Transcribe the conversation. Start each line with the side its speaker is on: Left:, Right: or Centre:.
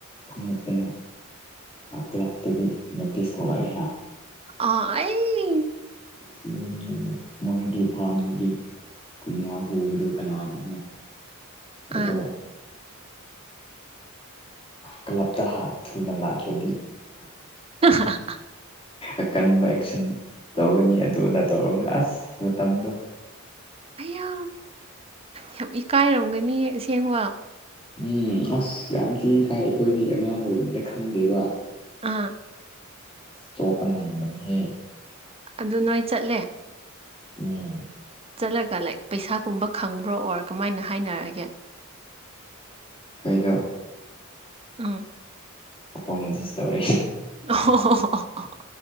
Left: ꯈꯪꯂꯛꯇꯅ ꯀ꯭ꯂꯞꯇꯒꯤ ꯅꯣꯇꯤꯁ ꯊꯣꯛꯂꯛ ꯑꯏꯍ
Right: ꯑꯥ ꯑꯩ
Left: ꯁꯤ ꯌꯨꯝ ꯃꯣꯏꯒꯤ ꯐꯥꯝꯗꯒꯤ ꯀꯣꯝꯂꯥ ꯍꯨꯕꯗꯨ ꯀꯅꯥꯅꯅꯣ ꯑꯗꯣ
Right: ꯑꯥ
Left: ꯀ꯭ꯂꯞꯇꯥꯟ ꯊꯨꯅ ꯂꯥꯛꯇ꯭ꯔꯗꯤ
Right: ꯀꯍ <unintelligible> <inaudible>
Left: ꯑꯀꯟꯕ ꯑꯦꯛꯁꯟ ꯇꯧꯒꯅꯤ ꯑꯗꯨ ꯑꯗꯥ ꯇꯧꯔꯒ ꯑꯁ ꯃꯇꯝꯗꯣ
Right: ꯑꯩꯌꯥ ꯌꯥꯝ ꯏꯀꯥꯏꯔꯝꯒꯅꯤ ꯑꯁꯦꯡꯕ
Left: ꯎꯝ ꯑꯁ ꯌꯥꯝ ꯊꯤꯅ ꯏꯀꯥꯏ ꯑꯩꯈꯣꯏꯗꯤ ꯑꯉꯥꯡ ꯑꯣꯏꯕꯅꯤꯅ ꯈꯪꯗꯦꯕ
Right: ꯑꯥ
Left: ꯑꯁ ꯆꯣꯞꯄ ꯅꯪꯕꯅꯤꯍꯦ
Right: ꯑꯗꯨ ꯅꯣꯏ ꯆꯠꯂꯦ
Left: ꯎꯝ
Right: ꯆꯠꯂꯒ ꯂꯥꯏꯛ ꯄꯩꯁꯥꯒꯨꯝꯕ ꯈꯪꯕ꯭ꯔꯣ ꯑꯣꯔ ꯀꯃꯥꯏꯅ ꯍꯥꯏꯅꯔꯒꯦ
Left: ꯀꯩꯗꯣ
Right: ꯎꯝ
Left: ꯄꯣꯅꯣꯖꯤꯁ ꯇꯧꯔꯦ
Right: <inaudible>